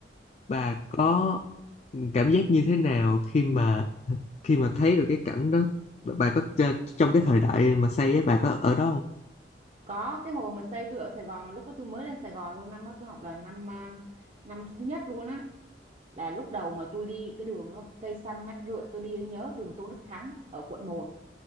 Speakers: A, on the left; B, on the right.
A: bà có cảm giác như thế nào khi mà khi mà thấy được cái cảnh đó Bà có t- trong cái thời đại mà xây á bà có ở đó không?
B: có cái hồi mà xây tôi ở Sài Gòn mà lúc đó tôi mới lên Sài Gòn luôn năm đó tôi học là năm à, năm thứ nhất luôn á là lúc đầu mà tôi đi cái đường á, cây xanh mát rượi tôi đi nhớ đường Tôn Đức Thắng ở quận một